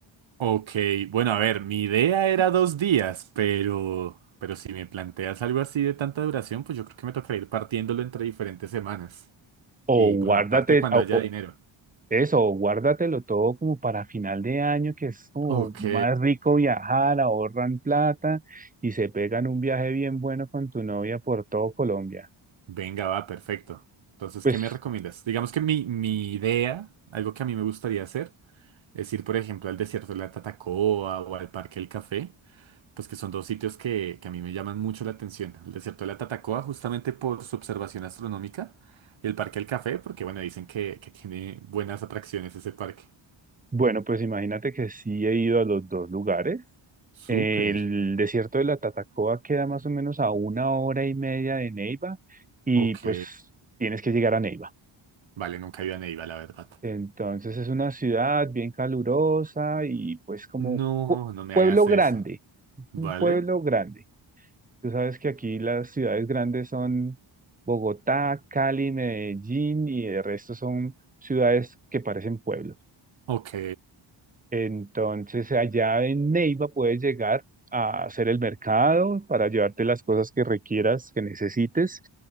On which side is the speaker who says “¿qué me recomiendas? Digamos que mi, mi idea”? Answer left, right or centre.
Right